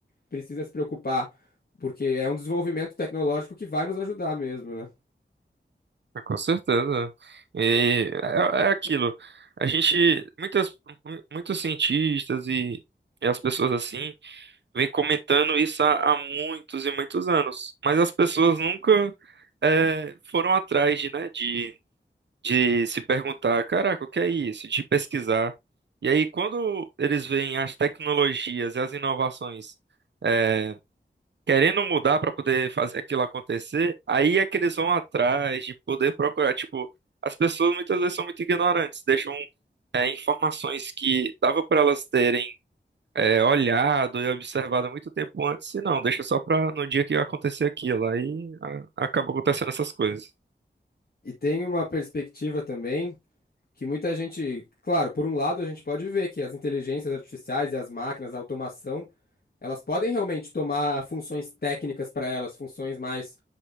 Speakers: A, on the left; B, on the right.
A: precisa se preocupar, porque é um desenvolvimento tecnológico que vai nos ajudar mesmo, né?
B: Ah, Com certeza. E é, é aquilo. A gente, muitas, mu- muitos cientistas e, e as pessoas assim, vêm comentando isso há, há muitos e muitos anos. Mas as pessoas nunca é, foram atrás de, né, de, de se perguntar, caraca, o que é isso? De pesquisar. E aí, quando eles veem as tecnologias e as inovações. é, querendo mudar para poder fazer aquilo acontecer, aí é que eles vão atrás de poder procurar. Tipo, as pessoas muitas vezes são muito ignorantes, deixam é, informações que dava para elas terem é, olhado e observado muito tempo antes, e não, deixa só para no dia que acontecer aquilo. Aí a- acaba acontecendo essas coisas.
A: E tem uma perspectiva também que muita gente, claro, por um lado a gente pode ver que as inteligências artificiais e as máquinas, a automação, elas podem realmente tomar funções técnicas para elas, funções mais